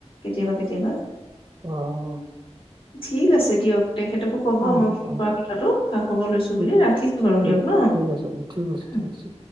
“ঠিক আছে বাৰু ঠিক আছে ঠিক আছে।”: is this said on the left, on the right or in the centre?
Right